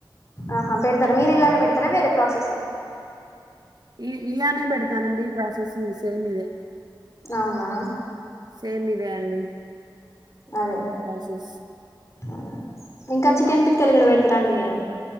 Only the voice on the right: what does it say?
ఈ ఇలానే పెడతానండి ఈ ప్రాసెస్ సేమ్ ఇదే
సేమ్ ఇదే అండి
ప్రాసెస్